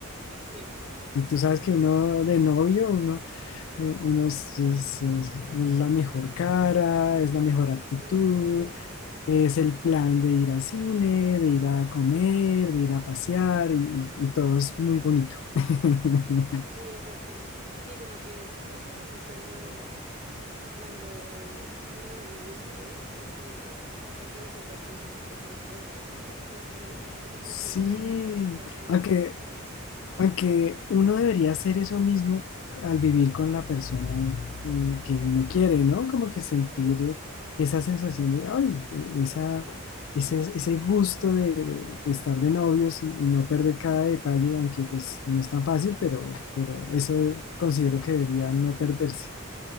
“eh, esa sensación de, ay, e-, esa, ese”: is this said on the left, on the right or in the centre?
Left